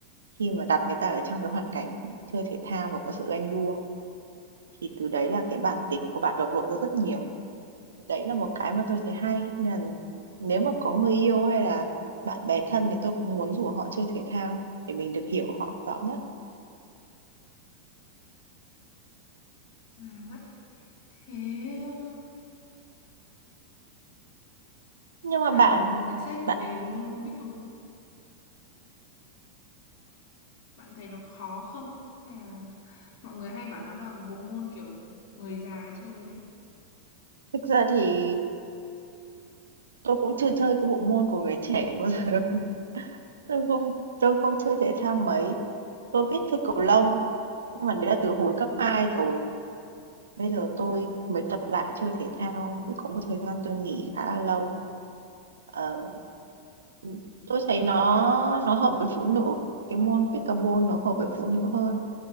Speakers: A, on the right; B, on the left.
A: khi mà đặt người ta ở trong cái hoàn cảnh chơi thể thao và có sự ganh đua thì từ đấy là cái bản
B: Ồ,
A: tính của bạn bộc lộ ra rất nhiều. Đấy là một cái mà tôi thấy hay, nên là nếu mà có người yêu hay là bạn bè thân thì tôi cũng muốn rủ họ chơi thể thao để mình được hiểu họ rõ nhất.
B: là vậy Thế ờ,
A: Nhưng mà
B: bạn
A: bạn
B: nhận xét
A: bạn
B: gì về môn pickleball? Bạn thấy nó khó không? Hay là mọi người hay bảo nó là bộ môn kiểu người già chơi ấy.
A: thực ra thì tôi cũng chưa chơi cái bộ môn của người trẻ bao giờ. <laughs> Tôi không tôi không chơi thể thao mấy. Tôi biết chơi cầu lông nhưng mà đấy là từ hồi cấp 2 rồi. Bây giờ tôi mới tập lại chơi thể thao vì có một thời gian tôi nghỉ khá là lâu. Ờ, ừ, tôi thấy nó nó hợp với phụ nữ. Cái môn pickleball nó hợp với phụ nữ hơn.